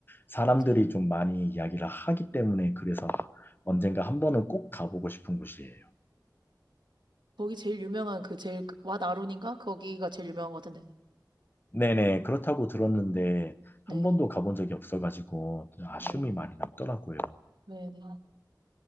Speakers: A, on the left; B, on the right.
A: 사람들이
B: 맞아요.
A: 좀 많이 이야기를 하기 때문에 그래서 언젠가 한 번은 꼭 가보고 싶은 곳이에요.
B: 거기 제일 유명한 그 제일 그- 왓 아룬인가? 거기가 제일 유명한 것 같은데.
A: 네네, 그렇다고 들었는데 한
B: 네.
A: 번도 가본 적이 없어가지고 아쉬움이
B: 어,
A: 많이 남더라고요.
B: 네네.